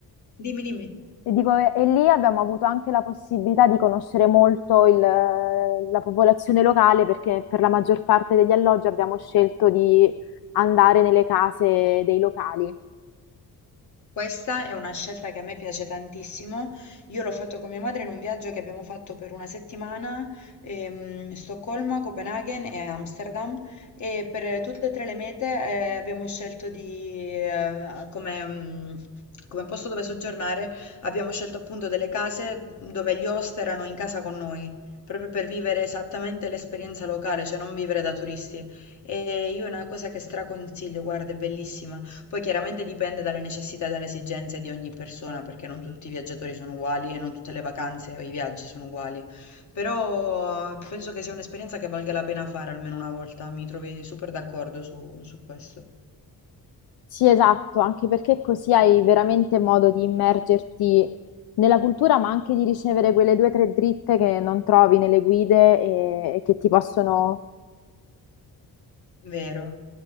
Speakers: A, on the left (about 50°); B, on the left (about 75°).
A: Dimmi, dimmi.
B: E dico, e e lì abbiamo avuto anche la possibilità di conoscere molto il, eh, la popolazione locale perché per la maggior parte degli alloggi abbiamo scelto di andare nelle case dei locali.
A: Questa è una scelta che a me piace tantissimo. Io l'ho fatto con mia madre in un viaggio che abbiamo fatto per una settimana, ehm, Stoccolma, Copenaghen e Amsterdam e per tutte e tre le mete eh, abbiamo scelto di, eh, come, mm, come posto dove soggiornare, abbiamo scelto appunto delle case dove gli host erano in casa con noi. Proprio per vivere esattamente l'esperienza locale, cioè non vivere da turisti. E io è una cosa che straconsiglio, guarda, è bellissima. Poi chiaramente dipende dalle necessità e dalle esigenze di ogni persona, perché non tutti i viaggiatori sono uguali e non tutte le vacanze o i viaggi sono uguali. Però penso che sia un'esperienza che valga la pena fare almeno una volta. Mi trovi super d'accordo su, su questo.
B: Sì, esatto, anche perché così hai veramente modo di immergerti nella cultura, ma anche di ricevere quelle due o tre dritte che non trovi nelle guide e, e che ti possono...
A: Vero.